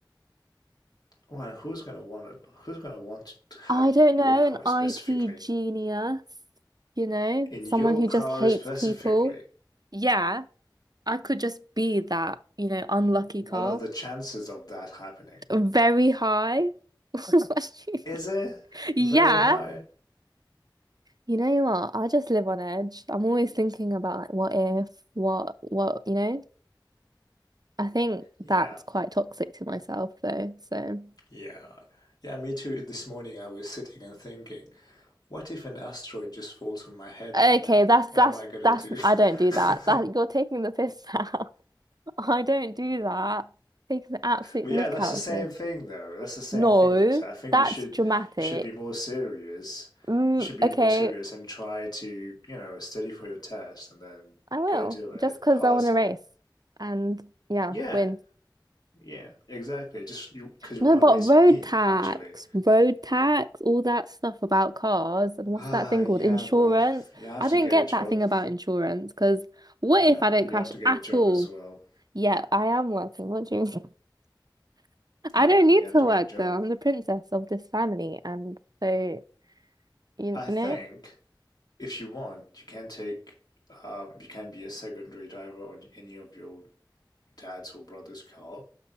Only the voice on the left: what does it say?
Well, who's gonna want it? Who's gonna want to hack
in your
car
specifically?
In
your
car
specifically?
What
are the chances of that happening?
Is
it
very
high?
Yeah,
yeah. Yeah, me too. This morning I was sitting and thinking, what if an asteroid just falls on my head
right now?
What
am I gonna
do?
<laughs>
But
yeah, that's
the same
thing though. That's the same
thing though. So I think
you should
you should be more serious.
You should be
more serious and try to, you know, study for your test and then
go do it,
pass
it.
Yeah,
Yeah, exactly. Just you, because you
want to
race
me,
actually.
Ah,
yeah,
but you have
to get
a job.
Uh,
you
have to get
a job
as well.
Yeah,
you have
to
get a job.
I
think
if you want, you can take, um, you can be a secondary driver on any of your dad's or brother's car,